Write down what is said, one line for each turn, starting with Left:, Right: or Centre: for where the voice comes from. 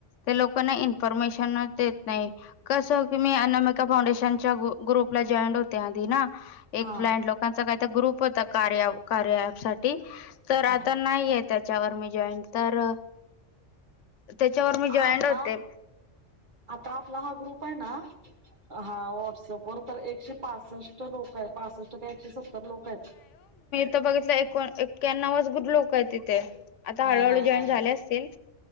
Left: ते लोकांना इन्फॉरमेशनच देत नाही. कसं हो की मी अनामिका फाउंडेशनच्या ग्रू ग्रुपला जॉईंड होते आधी ना,
Right: हा
Left: एक ब्लाइंड लोक त्याचा काही तरी ग्रुप होता कार्य अँप साठी, तर
Right: हा
Left: आता नाहीये त्याच्यावर मी जॉईट तर त्याच्यावर मी जॉईंट
Right: आता
Left: होते
Right: आता आपला हा ग्रुप हाय ना, हा व्हॉट्स पवर तर एकशे पासष्ट लोक आहेत. पासष्ट का एकशे सत्तर लोक आहेत.
Left: त बघितलं एको एक्क्याणवच गुर लोक आहे तिथे. आता
Right: नाही
Left: हळूहळू
Right: नाही
Left: जॉईन
Right: नाही
Left: झाले
Right: नाही
Left: असतील